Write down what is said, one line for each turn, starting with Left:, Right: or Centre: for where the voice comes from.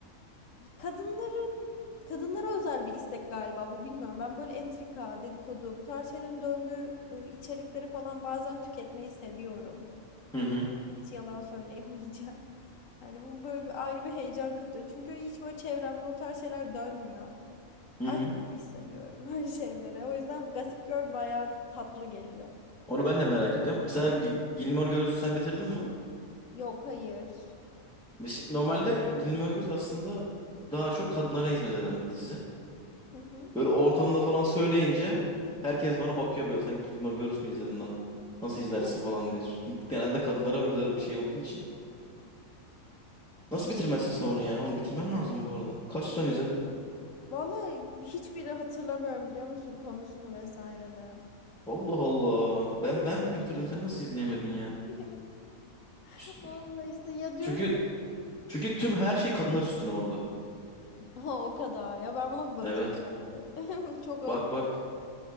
Left: kadınların kadınlara özel bir istek galiba bu bilmiyorum. Ben böyle entrika, dedikodu, bu tarz şeylerin döndüğü e, içerikleri falan bazen tüketmeyi seviyorum.
Centre: Hı hı.
Left: Hiç yalan söyleyemeyeceğim. <laughs> Yani bu böyle bir ayrı bir heyecan katıyor. Çünkü hiç böyle çevremde o tarz şeyler dönmüyor.
Centre: Hı
Left: Aç
Centre: hı.
Left: hissediyorum <laughs> öyle şeylere. O yüzden Gossip Girl bayağı tatlı geliyor.
Centre: Onu ben de merak ediyorum. Mesela Gil- Gilmore Girls'ü sen bitirdin mi?
Left: Yok hayır.
Centre: Mes- Normalde Gilmore Girls aslında daha çok kadınlara hizmet eden bir dizi.
Left: Hı hı.
Centre: Böyle o ortamda falan söyleyince herkes bana bakıyor böyle sen Gilmore Girls mi izledin lan? Nasıl izlersin
Left: <laughs>
Centre: falan diye. Çünkü genelde kadınlara özel bir şey olduğu için. Nasıl bitirmezsin sen onu ya? Onu bitirmen lazım bu arada. Kaç sezon izledin?
Left: Vallahi hiçbiri hatırlamıyorum biliyor musun konusunu vesaire de.
Centre: Allah Allah. Ben ben bile bitirdim. Sen nasıl izleyemedin ya?
Left: <laughs>
Centre: Ç-
Left: Vallahi işte ya diyorum
Centre: Çünkü çünkü tüm her şey kadınlar üstüne orada.
Left: ha o kadar ya ben buna bir bakayım
Centre: Evet.
Left: bari. <laughs> Çok öv.
Centre: Bak bak.